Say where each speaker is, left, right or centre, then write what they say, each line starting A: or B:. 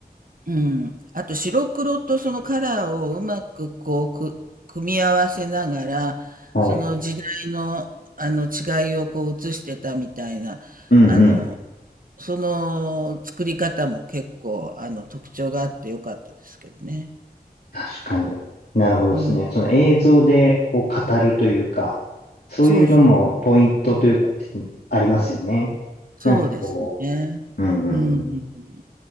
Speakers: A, on the right; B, on the left.
A: うん。あと白黒とそのカラーをうまくこうく、組み合わせながら、
B: はい。
A: その時代のあの違いをこう映してたみたいな、
B: うんうん。
A: あの、その作り方も結構あの特徴があってよかったですけどね。
B: 確かに。なるほどですね。
A: うん。
B: その映像でこう語るというか、そういうのもポイントというかですね、
A: そうそう、
B: ありますよね。
A: そうですね。
B: なんかこう。うんうんうん。
A: うん、うん、